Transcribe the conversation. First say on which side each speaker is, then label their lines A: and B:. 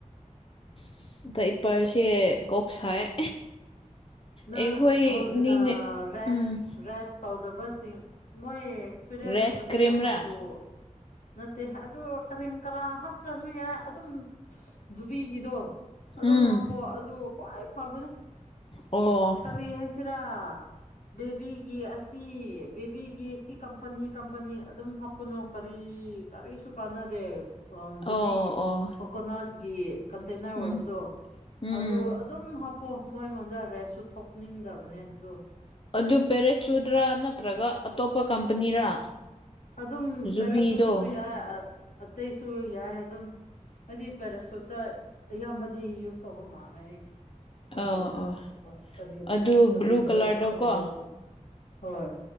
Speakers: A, on the left; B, on the left.
A: ꯏꯁ ꯗꯥꯏꯄꯔꯁꯦ ꯀꯣꯛ ꯁꯥꯏ
B: ꯅꯪ
A: ꯑꯩꯈꯣꯏꯅꯤꯅꯦ
B: ꯍꯧꯖꯤꯛ ꯑꯥ ꯔꯦꯁ
A: ꯎꯝ
B: ꯔꯦꯁ ꯇꯧꯗꯕꯁꯤꯡ ꯃꯣꯏ ꯑꯦꯛꯁꯄꯤꯔꯦꯟ
A: ꯔꯦꯁ
B: ꯂꯩꯕꯅꯤꯅ
A: ꯀ꯭ꯔꯤꯝꯔꯥ
B: ꯃꯣꯏꯕꯨ ꯅꯠꯇꯦ ꯑꯗꯨ ꯀꯔꯤꯝ ꯀꯔꯥ ꯍꯥꯞꯠꯇ꯭ꯔꯁꯨ ꯌꯥꯏ ꯑꯗꯨꯝ ꯖꯨꯕꯤꯒꯤꯗꯣ ꯑꯗꯨꯝ
A: ꯎꯝ
B: ꯍꯥꯞꯄꯣꯑꯣ ꯑꯗꯨ ꯈ꯭ꯋꯥꯏ ꯐꯕꯅꯦ
A: ꯑꯣ
B: ꯀꯔꯤ ꯍꯥꯏꯁꯤꯔꯥ ꯕꯦꯕꯤꯒꯤ ꯑꯁꯤ ꯕꯦꯕꯤꯒꯤ ꯁꯤ ꯀꯝꯄꯅꯤ ꯀꯝꯄꯅꯤ ꯑꯗꯨꯝ ꯍꯞ ꯀꯅꯣ ꯀꯔꯤ ꯀꯔꯤꯁꯨ ꯀꯥꯟꯅꯗꯦ ꯑ ꯖꯨꯕꯤꯒꯤ
A: ꯑꯣ ꯑꯣ
B: ꯀꯣꯀꯣꯅꯠꯒꯤ ꯀꯟꯇꯦꯅꯔ ꯑꯣꯏꯕꯗꯣ
A: ꯎꯝ ꯎꯝ
B: ꯑꯗꯨ ꯑꯗꯨꯝ ꯍꯥꯞꯄꯣ ꯃꯣꯏꯉꯣꯟꯗ ꯔꯦꯁꯁꯨ ꯊꯣꯛꯅꯤꯡꯗꯕ ꯄꯅꯦ ꯑꯗꯣ
A: ꯑꯗꯨ ꯄꯦꯔꯦꯠꯆꯨꯗ꯭ꯔꯥ ꯅꯠꯇ꯭ꯔꯒ ꯑꯇꯣꯞꯄ ꯀꯝꯄꯅꯤꯔꯥ
B: ꯑꯗꯨꯝ
A: ꯖꯨꯕꯤꯗꯣ
B: ꯄꯦꯔꯥꯁꯨꯠꯁꯨ ꯌꯥꯏ ꯑꯇꯩꯁꯨ ꯌꯥꯏ ꯑꯗꯨꯝ ꯍꯥꯏꯗꯤ ꯄꯦꯔꯥꯁꯨꯨꯠꯇ ꯑꯌꯥꯝꯕꯗꯤ ꯌꯨꯁ ꯇꯧꯕ ꯃꯥꯜꯂꯦ ꯑꯩꯁꯦ ꯀꯟꯇꯦꯅ
A: ꯑꯣ ꯑꯣ
B: ꯀꯔꯤ
A: ꯑꯗꯨ
B: ꯀꯔꯤꯔ
A: ꯕ꯭ꯂꯨ ꯀꯂꯔꯗꯣ
B: ꯈꯪꯗꯦ
A: ꯀꯣ
B: ꯑꯗꯨ ꯍꯣꯏ